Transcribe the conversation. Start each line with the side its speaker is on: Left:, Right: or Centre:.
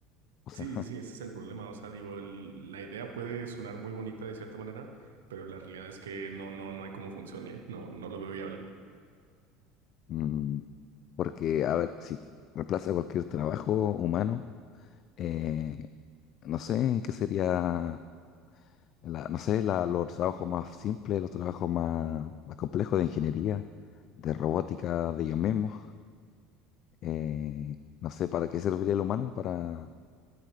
Left: O sea,
Right: Sí,
Left: <laughs>
Right: sí, sí, ese es el problema. O sea, digo, el- la idea puede sonar muy bonita de cierta manera, pero la realidad es que no, no, no hay cómo funcione, no, no lo veo viable.
Left: mm, porque, a ver, si t- reemplaza cualquier trabajo humano, eh, no sé qué sería, la- no sé, la- los trabajos más simples, los trabajos más, más complejos de ingeniería, de robótica, de ellos mismos. Eh, no sé, ¿para qué serviría el humano? Para,